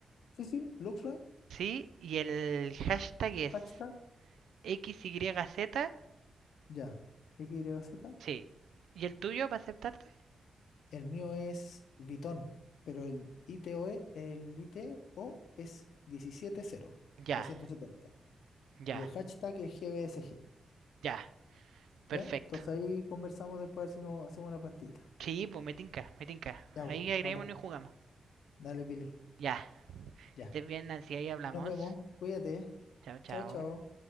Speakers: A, on the left (about 80°); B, on the right (about 85°).
A: Sí, sí, Luxray,
B: Sí, y el hashtag es
A: hashtag,
B: XYZ.
A: ya. XYZ.
B: Sí. ¿Y el tuyo para aceptarte?
A: El mío es Vitón, pero el I T O E el I T O es diecisiete cero,
B: Ya.
A: o sea, 170.
B: Ya,
A: Y el hashtag es GBSG.
B: ya, perfecto.
A: ¿Ya? Entonces ahí conversamos después a ver si nos hacemos una partida.
B: Sí, pues me tinca, me tinca.
A: Ya,
B: Ahí
A: vos,
B: agreguémonos
A: bacán.
B: y jugamos.
A: Dale, Billy.
B: Ya,
A: Ya.
B: que estés bien, Nancy, ahí hablamos.
A: Nos vemos. Cuídate.
B: Chao, chao.
A: Chao, chao.